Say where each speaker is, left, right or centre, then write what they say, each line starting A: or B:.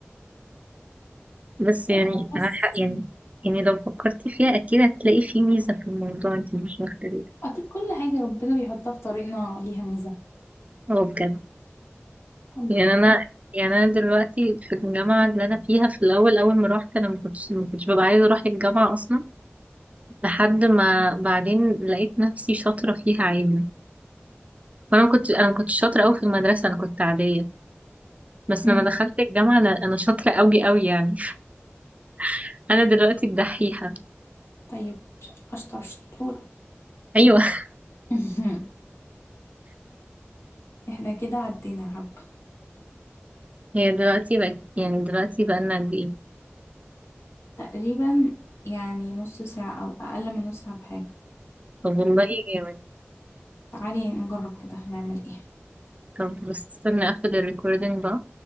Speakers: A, on the right; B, on the left.
A: بس يعني
B: آه بس
A: أنا حق يعني يعني لو فكرتي فيها أكيد هتلاقي في ميزة في الموضوع انتي مش واخدة بالك
B: أكيد كل حاجة ربنا بيحطها في طريقنا ليها ميزة
A: اه بجد
B: الحمد
A: يعني
B: لله
A: انا يعني انا دلوقتي في الجامعه اللي انا فيها في الاول اول ما روحت انا ما كنتش ما كنتش ببقى عايزه اروح الجامعه اصلا لحد ما بعدين لقيت نفسي شاطره فيها عادي وانا ما كنتش انا ما كنتش شاطره قوي في المدرسه انا كنت عاديه بس
B: مم.
A: لما دخلت الجامعه انا انا شاطره قوي قوي يعني <laughs> انا دلوقتي الدحيحه
B: طيب أشطر شطورة
A: ايوه <laughs>
B: <laughs> احنا كده عدينا حبة
A: هي دلوقتي بقت يعني دلوقتي بقالنا قد ايه
B: تقريبا يعني نص ساعة أو أقل من نص ساعة بحاجة
A: طب والله جامد
B: تعالي نجرب كده هنعمل ايه
A: طب بس استنى اخد الريكوردينج بقى